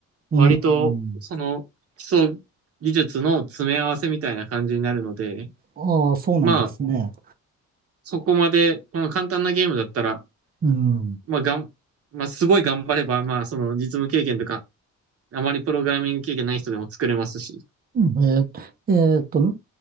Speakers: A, on the right; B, on the right.
A: うん。
B: 割と、その、基礎技術の詰め合わせみたいな感じになるので、
A: ああ、そうなんですね。
B: まあ、そこまで、この簡単なゲームだったら、
A: うん。
B: まあ、がん、まあ、すごい頑張れば、まあ、その、実務経験とか、あまりプログラミング経験ない人でも作れますし。
A: えー、えーと、